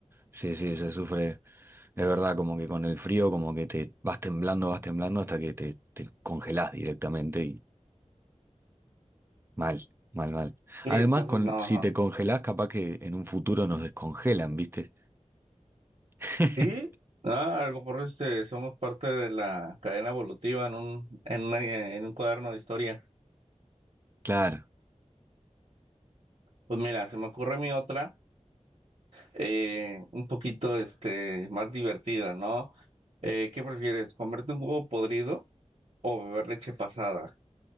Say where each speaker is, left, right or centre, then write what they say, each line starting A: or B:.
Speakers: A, on the right (about 20°); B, on the right (about 60°).
A: Sí, sí, se sufre, es verdad, como que con el frío, como que te vas temblando, vas temblando hasta que te, te congelás directamente Mal, mal, mal.
B: Sí,
A: Además,
B: entonces
A: con,
B: no,
A: si
B: no.
A: te congelás, capaz que en un futuro nos descongelan, ¿viste? <laughs>
B: Sí, ah, a lo mejor este, somos parte de la cadena evolutiva en un, en una- en un cuaderno de historia.
A: Claro.
B: Pues mira, se me ocurre mi otra. eh, un poquito este, más divertida, ¿no? Eh, ¿qué prefieres, comerte un huevo podrido o beber leche pasada?